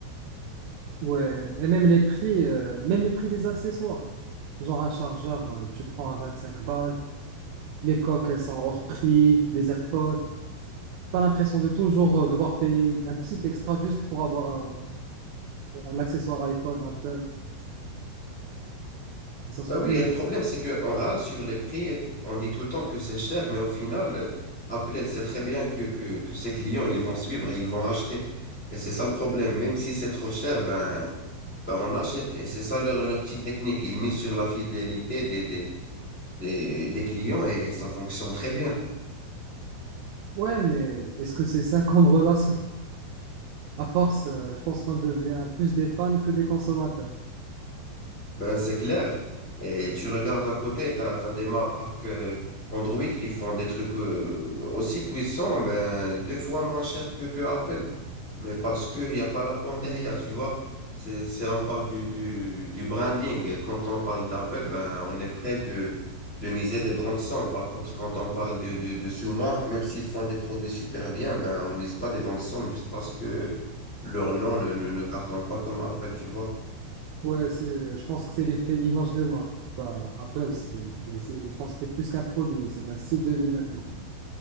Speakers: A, on the right (about 75°); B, on the left (about 75°).
A: Ouais, et même les prix, euh, même les prix des accessoires. Genre un chargeur, euh, tu prends à 25 balles, les coques, elles sont hors prix, les AirPods. T'as l'impression de toujours euh, devoir payer un petit extra juste pour avoir un, un accessoire iPhone, Apple, mais ça se
B: Bah
A: cumule.
B: oui, et le problème, c'est qu'on râle sur les prix, on dit tout le temps que c'est cher, mais au final, euh, Apple, elle sait très bien que, que, que ses clients, ils vont suivre et ils vont acheter. Et c'est ça le problème. Même si c'est trop cher, ben, ben on achète. Et c'est ça leur, leur petite technique. Ils misent sur la fidélité des, des, des, des clients et ça fonctionne très bien.
A: Ouais, mais est-ce que c'est ça comme relation? À force, euh, je pense qu'on devient plus des fans que des consommateurs.
B: Ben, c'est clair. Et tu regardes à côté, tu as, des marques euh, Android qui font des trucs euh, aussi puissants, ben, deux fois moins cher que, que Apple. mais parce qu'il n'y a pas la pomme derrière, tu vois. C'est, c'est, on parle du, du, du branding. Quand on parle d'Apple, ben, on est prêt de, de miser des grandes sommes. Par contre, quand on parle de, de, de sous-marques, même s'ils font des produits super bien, ben, on mise pas de grandes sommes juste parce que leur nom ne, ne, ne cartonne pas comme Apple, tu vois.
A: Ouais, c'est- je pense que c'est l'effet image de marque. Bah, Apple, c'est- c'est- je pense que c'est plus qu'un produit, c'est un style de vie maintenant.